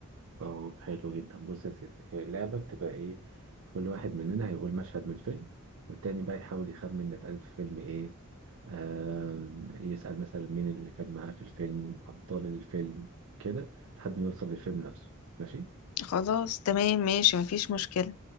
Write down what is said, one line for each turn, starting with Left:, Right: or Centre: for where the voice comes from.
Right: طب حلو جدا بص يا ست هي اللعبه بتبقى ايه كل واحد مننا هيقول مشهد من الفيلم والتاني بقى يحاول يخمن ده اتقالت في فيلم ايه آم، يسأل مثلا مين اللي كان معاه في الفيلم وأبطال الفيلم كده لحد ما يوصل للفيلم نفسه ماشي
Left: خلاص تمام ماشي مفيش مشكلة